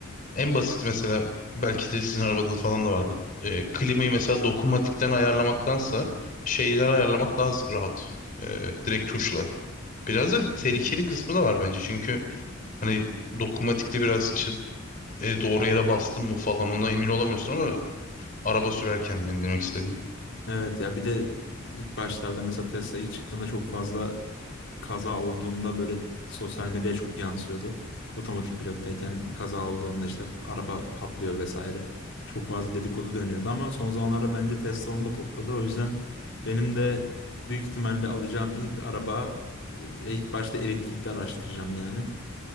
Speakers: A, on the left; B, on the left.
A: en basit mesela belki de sizin arabada da falan da vardır. E, klimayı mesela dokunmatikten ayarlamaktansa şeyden ayarlamak daha z- rahat. E, direkt tuşla. Biraz da tehlikeli
B: Hı.
A: kısmı da var bence. Çünkü hani dokunmatikte biraz işte e, doğru yere bastın mı falan ona emin olamıyorsun ama araba sürerken yani demek istediğim.
B: Evet ya bir de ilk başlarda mesela Tesla ilk çıktığında çok fazla kaza olduğunda böyle sosyal medyaya çok yansıyordu. Otomatik pilottayken kaza olduğunda işte araba patlıyor vesaire. Çok fazla dedikodu dönüyordu ama son zamanlarda bence Tesla onu da topladı. O yüzden benim de büyük ihtimalle alacağım ilk araba e, ilk başta elektrikli araştıracağım yani.